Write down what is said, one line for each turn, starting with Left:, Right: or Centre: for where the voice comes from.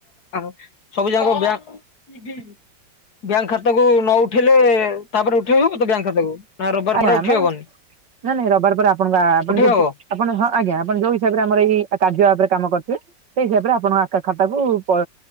Left: ଆଚ୍ଛା ସବୁ ଜାକ ବ୍ୟାଙ୍କ୍ ବ୍ୟାଙ୍କ ଖାତାକୁ ନ ଉଠେଇଲେ ତାପରେ ଉଠେଇ ହବ ତ ବ୍ୟାଙ୍କ ଖାତାକୁ? ନା ରବିବାର
Right: ଆଜ୍ଞା
Left: ପରେ ଉଠେଇ
Right: ପା
Left: ହବନି
Right: ନାଇଁ ନାଇଁ ରବିବାର ପରେ ଆପଣଙ୍କ ଆ ଆପଣ
Left: ଉଠେଇ ହବ
Right: ଟି ଆପଣ ହଁ ଆଜ୍ଞା ଆପଣ ଯୋଉ ହିସାବରେ ଆମର ଏଇ କାର୍ଯ୍ୟ ଭାବରେ କାମ କରିଥିବେ ସେଇ ହିସାବରେ ଆପଣଙ୍କ ଆ ଖାତାକୁ ପ